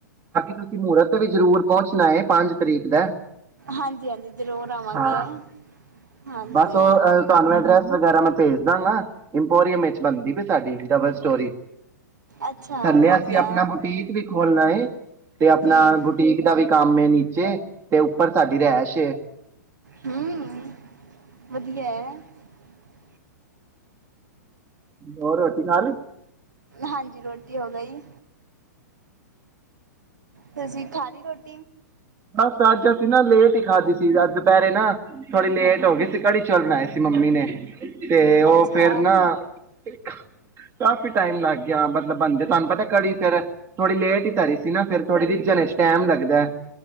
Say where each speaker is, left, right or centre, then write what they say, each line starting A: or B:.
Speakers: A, on the right; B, on the right.
A: ਤੁਸੀਂ ਮਹੂਰਤ ਤੇ ਵੀ ਜ਼ਰੂਰ ਪਹੁੰਚਣਾ ਹੈ ਪੰਜ ਤਰੀਕ ਦਾ
B: ਹਾਂਜੀ- ਹਾਂਜੀ ਜ਼ਰੂਰ ਆਵਾਂਗੇ।
A: ਹਾਂ
B: ਹਾਂਜੀ
A: ਬਸ ਉਹ ਤੁਹਾਨੂੰ ਐਡਰੈਸ ਵਗੈਰਾ ਮੈਂ ਭੇਜ ਦਾਂਗਾ। ਇੰਪੋਰੀਅਮ ਵਿੱਚ ਬਣਦੀ ਵੀ ਸਾਡੀ ਡਬਲ ਸਟੋਰੀ
B: ਅੱਛਾ
A: ਥੱਲੇ
B: ਵਧੀਆ
A: ਅਸੀਂ ਆਪਣਾ ਬੁਟੀਕ ਵੀ ਖੋਲਣਾ ਤੇ ਆਪਣਾ
B: ਹਮ
A: ਬੁਟੀਕ ਦਾ ਵੀ ਕੰਮ ਨੀਚੇ ਤੇ ਉੱਪਰ ਸਾਡੀ ਰਹਿਸ਼ ਏ।
B: ਹਮ <unintelligible>
A: ਹੋਰ ਰੋਟੀ ਖਾ ਲਈ
B: ਹਾਂਜੀ ਰੋਟੀ ਹੋ ਗਈ। ਤੁਸੀਂ ਖੀ ਲਈ ਰੋ <inaudible>
A: ਬਸ ਅੱਜ ਅਸੀਂ ਨਾ ਲੇਟ ਹੀ ਖਾਧੀ ਸੀ ਅੱਜ ਦੁਪਹਿਰੇ ਨਾ ਥੋੜੀ ਲੇਟ ਹੋ ਗਈ ਸੀ ਕੜੀ ਚਾਵਲ ਬਣਾਏ ਸੀ ਮੰਮੀ ਨੇ ਤੇ ਉਹ
B: ਅੱਛਾ
A: ਫੇਰ ਨਾ ਕਾਫੀ ਟਾਈਮ ਲੱਗ ਗਿਆ ਮਤਲਬ ਬਣਦੇ ਤੁਹਾਨੂੰ ਪਤਾ ਕੜੀ ਫੇਰ ਥੋੜੀ ਲੇਟ ਹੀ ਧਰੀ ਸੀ ਨਾ ਫ਼ਿਰ ਥੋੜੀ ਰੀਜ਼ਨ ਟੈਮ ਲੱਗਦਾ।